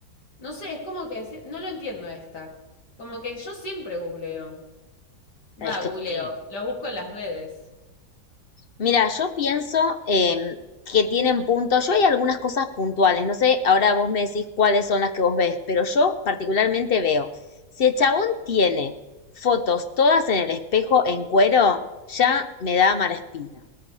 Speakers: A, on the left (about 75°); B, on the left (about 55°).
A: No sé, es como que si- no lo entiendo esta. Como que yo siempre googleo. Va,
B: Es que
A: googleo,
B: sí.
A: lo busco en las redes.
B: Mira, yo pienso em, que tienen puntos. Yo hay algunas cosas puntuales. No sé, ahora vos me decís cuáles son las que vos ves, pero yo particularmente veo. Si el chabón tiene fotos todas en el espejo en cuero, ya me da mala espina,